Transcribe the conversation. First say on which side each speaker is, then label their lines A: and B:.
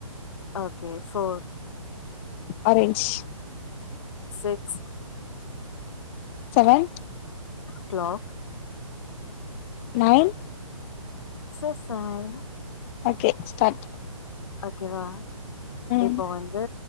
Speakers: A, on the left; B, on the left.
A: okay four
B: orange
A: six
B: seven
A: clock
B: nine
A: சர்ஸாயனு
B: ஓகே ஸ்டார்ட்
A: ஓகேவா?
B: ம்
A: இப்ப வந்து